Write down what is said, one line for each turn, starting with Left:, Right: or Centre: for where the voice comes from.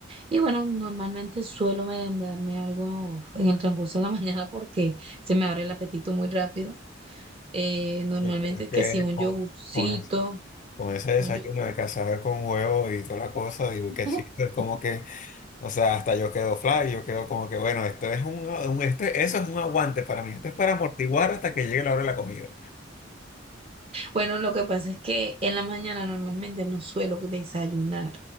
Right: Y bueno, normalmente suelo merendarme algo en el transcurso de la <laughs> mañana porque se me abre el apetito muy rápido. Eh, normalmente
Left: Ya que que
Right: que si un
Left: con,
Right: yogurcito.
Left: con, con ese desayuno
Right: Un yogur.
Left: de cazabe con huevo y toda la cosa, digo
Right: <laughs>
Left: que sí, es como que O sea, hasta yo quedo fly, yo quedo como que, bueno, esto es un, un- esto- eso es un aguante para mí, esto es para amortiguar hasta que llegue la hora de la comida.
Right: Bueno, lo que pasa es que en la mañana normalmente no suelo desayunar.